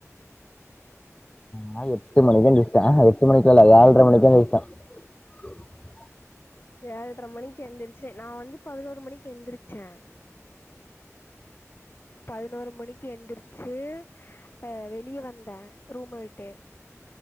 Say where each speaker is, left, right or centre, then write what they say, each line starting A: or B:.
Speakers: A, on the left; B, on the left.
A: நா எட்டு மணிக்கு தா எந்திரிச்சே எட்டு மணிக்கு லா இல்ல ஏழ்ற மணிக்கு <unintelligible>
B: ஏழ்ற மணிக்கு எந்துருச்சு நா வந்து பதினோரு மணிக்கு எந்திரிச்சே பதினோரு மணிக்கு எந்திரிச்சு ஆஹ் வெளிய வந்த ரூம விட்டு